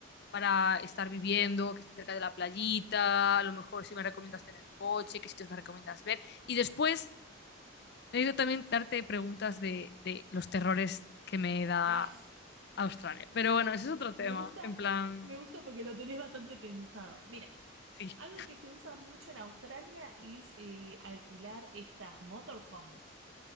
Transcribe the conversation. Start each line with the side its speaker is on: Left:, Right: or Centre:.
Left: para estar viviendo, que esté cerca de la playita, a lo mejor si me recomiendas tener coche, qué sitios me recomiendas ver. Y después, necesito también darte preguntas de, de los terrores que me da
Right: Ah,
Left: Australia. Pero bueno, ese
Right: <laughs>
Left: es otro tema.
Right: me gusta,
Left: En plan,
Right: me gusta porque lo tenés bastante pensado. Mira,
Left: sí.
Right: algo que se usa mucho en Australia es eh, alquilar estas motorhomes.